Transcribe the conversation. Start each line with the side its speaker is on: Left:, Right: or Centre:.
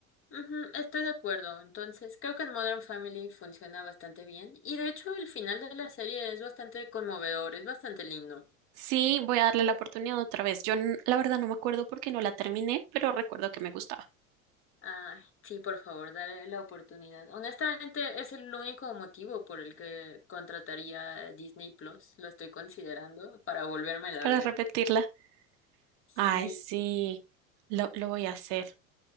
Left: Ujú, estoy de acuerdo. Entonces, creo que en Modern Family funciona bastante bien. Y de hecho, el final de la serie es bastante conmovedor, es bastante lindo.
Right: Sí, voy a darle la oportunidad otra vez. Yo n- la verdad no me acuerdo por qué no la terminé, pero recuerdo que me gustaba
Left: Ay, sí, por favor, dale la oportunidad. Honestamente, es el único motivo por el que contrataría a Disney Plus. Lo estoy considerando para volvérmela
Right: para
Left: a ver.
Right: repetirla.
Left: Sí.
Right: Ay, sí, lo, lo voy a hacer.